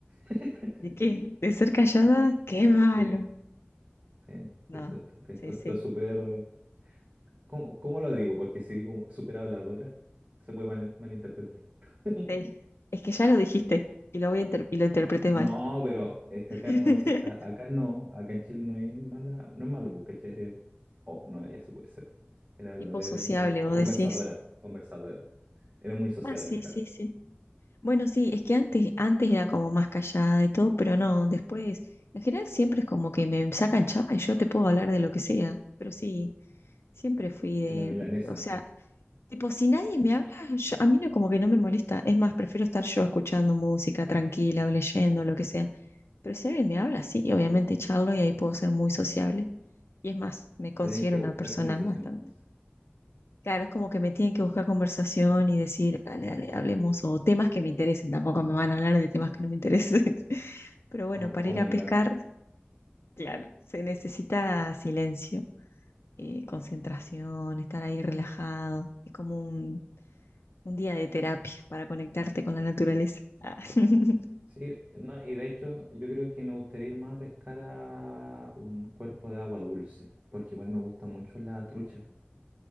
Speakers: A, on the right; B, on the left.
A: <laughs>
B: ¿De qué? ¿De ser callada? ¡Qué malo!
A: Sí. Sí,
B: No,
A: te, te- te- te
B: sí,
A: encuentro
B: sí,
A: súper... ¿Cómo, cómo lo digo? Porque si digo súper habladora, se puede mal- malinterpretar. <laughs>
B: sí. Es que ya lo dijiste y lo voy a inter- y lo interpreté mal.
A: No, pero es que
B: <laughs>
A: acá no, se- a- acá no, acá en Chile no es mala, no es malo, porque ¿cachai? Eres- oh, no, ya se puede ser. Eres habladora,
B: Tipo sociable,
A: eres muy
B: vos
A: conversadora,
B: decís.
A: conversadora. Eres muy sociable,
B: Ah, sí,
A: claro.
B: sí, sí. Bueno, sí, es que antes, antes era como más callada y todo, pero no, después, en general siempre es como que me sacan chava y yo te puedo hablar de lo que sea. Pero sí, siempre fui de,
A: es la milanesa.
B: o sea, tipo, si nadie me habla, yo- a mí no como que no me molesta. Es más, prefiero estar yo escuchando música tranquila o leyendo, lo que sea. Pero si alguien me habla, sí, obviamente charlo y ahí puedo ser muy sociable. Y es más, me considero
A: Te tienes que buscar
B: una persona
A: conversación
B: bastante.
A: entonces.
B: Claro, es como que me tienen que buscar conversación y decir, dale, dale, hablemos, o temas que me interesen, tampoco me van a hablar de temas que no me interesen. <laughs> Pero bueno,
A: Co-
B: para
A: Como
B: ir a
A: un
B: pescar,
A: gato.
B: claro, se necesita silencio, eh, concentración, estar ahí relajado. Es como un, un día de terapia para conectarte con la naturaleza. Ah, <laughs>
A: Sí, no, y de hecho yo creo que me gustaría ir más a pescar a un cuerpo de agua dulce, porque igual me gusta mucho la trucha,